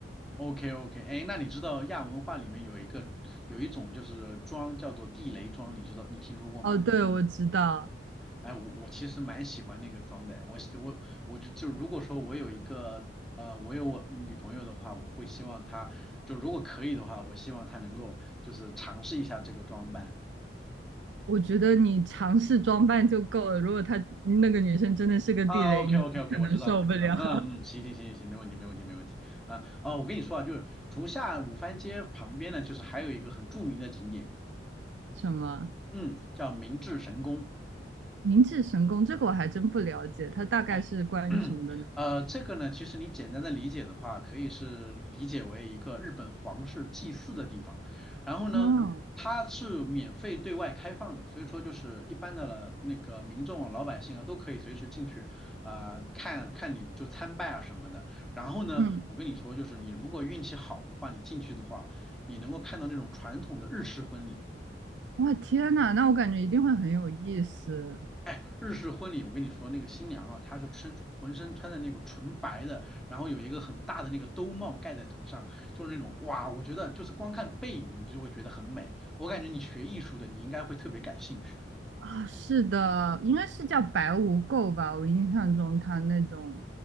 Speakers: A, in the centre; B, on the right (about 75°).
A: ，OK OK，哎，那你知道亚文化里面有一个有一种就是妆叫做地雷妆，你知道你听说过吗？
B: 哦，对，我知道，
A: 哎，我我其实蛮喜欢那个妆的，我喜我我就就如果说我有一个呃我有我女朋友的话，我会希望她就如果可以的话，我希望她能够就是尝试一下这个装扮。
B: 我觉得你尝试装扮就够了。如果她那个女生真的是个地雷，
A: 啊，OK
B: 你可能受不了。
A: OK OK，我知道了，我知道了，嗯嗯，
B: <laughs>
A: 行行行行行，没问题没问题没问题啊哦，我跟你说啊，就是竹下五番街旁边呢，就是还有一个很著名的景点。
B: 什么？
A: 嗯，叫明治神宫。
B: 明治神宫这个我还真不了解，它大概是关于什么的呢？
A: 哎，<clears throat> 呃，这个呢，其实你简单的理解的话，可以是理解为一个日本皇室祭祀的地方。然后呢，
B: 哦，
A: 它是免费对外开放的，所以说就是一般的了那个民众啊、老百姓啊都可以随时进去啊、呃看看你就参拜啊什么的。然后呢，
B: 嗯，
A: 我跟你说，就是你如果运气好的话，你进去的话，你能够看到那种传统的日式婚礼。
B: 哇，天呐，那我感觉一定会很有意思
A: 哎，日式婚礼，我跟你说，那个新娘啊，她是穿浑身穿的那种纯白的，然后有一个很大的那个兜帽盖在头上，就是那种哇，我觉得就是光看背影你就会觉得很美。我感觉你学艺术的，你应该会特别感兴趣。
B: 啊！是的，应该是叫白无垢吧？我印象中它那种